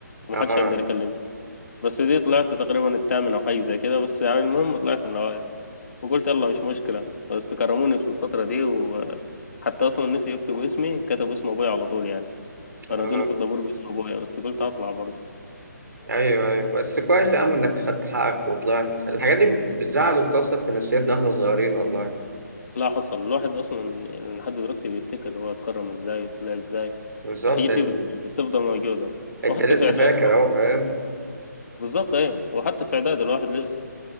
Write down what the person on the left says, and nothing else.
ومحدش
هيقدر يكلمني بس دي طلعت تقريبا الثامن أو حاجة زي كده بس يعني المهم طلعت من الأوائل وقلت يلا مش مشكلة بس كرموني في الفترة دي وحتى أصلا نسي يكتبوا اسمي كتبوا اسم أبويا على طول يعني
فنادوني في الطابور باسم أبويا بس قلت هطلع برضه
لا حصل الواحد أصلا يعني لحد دلوقتي بيفتكر هو اتكرم إزاي وطلع إزاي
الحاجات
دي بت- بتفضل موجودة
وحتى
في إعدادي
برضه.
بالظبط أيوة وحتى في إعدادي الواحد لسه